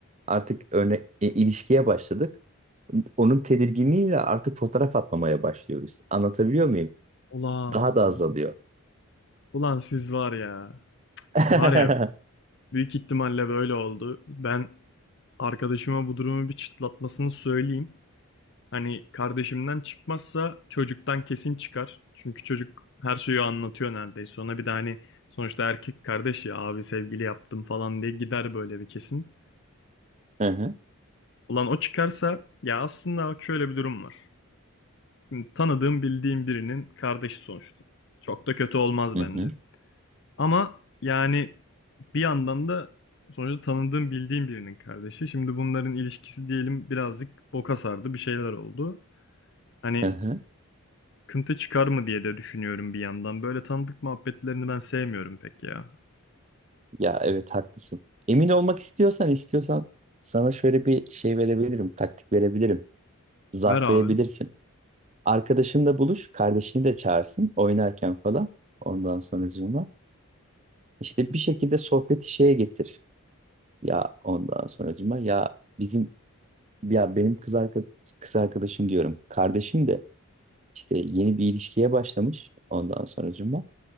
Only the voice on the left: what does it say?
Ulan,
ulan siz var ya.
Var ya, büyük ihtimalle böyle oldu. Ben arkadaşıma bu durumu bir çıtlatmasını söyleyeyim. Hani kardeşimden çıkmazsa çocuktan kesin çıkar. Çünkü çocuk her şeyi anlatıyor neredeyse. Ona bir de hani sonuçta erkek kardeş ya abi sevgili yaptım falan diye gider böyle bir kesin.
Ulan o çıkarsa ya aslında bak şöyle bir durum var. Şimdi tanıdığım bildiğim birinin kardeşi sonuçta. Çok da kötü olmaz
bence.
Ama yani bir yandan da sonuçta tanıdığım bildiğim birinin kardeşi. Şimdi bunların ilişkisi diyelim birazcık boka sardı bir şeyler oldu. Hani
kıntı çıkar mı diye de düşünüyorum bir yandan. Böyle tanıdık muhabbetlerini ben sevmiyorum pek ya.
Ver abi.